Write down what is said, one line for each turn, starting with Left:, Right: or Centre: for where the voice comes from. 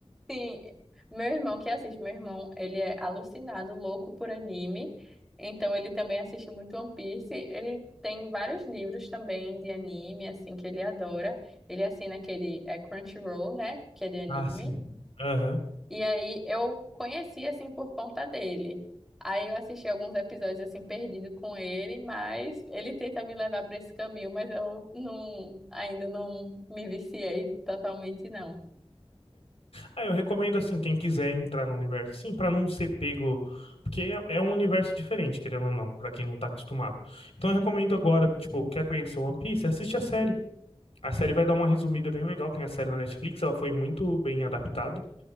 Centre: Sim, meu irmão que assiste, meu irmão, ele é alucinado, louco por anime. Então, ele também assiste muito One Piece. Ele tem vários livros também de anime, assim, que ele adora. Ele assina aquele é, Crunchyroll, né? Que é de anime.
Left: Ah, sim. Aham.
Centre: E aí eu conheci assim por conta dele. Aí eu assisti alguns episódios assim perdido com ele, mas ele tenta me levar para esse caminho, mas eu não ainda não me viciei totalmente não.
Left: Ah, eu recomendo assim, quem quiser entrar no universo, assim, pra não ser pego, porque é, é um universo diferente, querendo ou não, pra quem não tá acostumado. Então eu recomendo agora, tipo, quer conhecer One Piece, assiste a série. A série vai dar uma resumida bem legal, tem a série na Netflix, ela foi muito bem adaptada.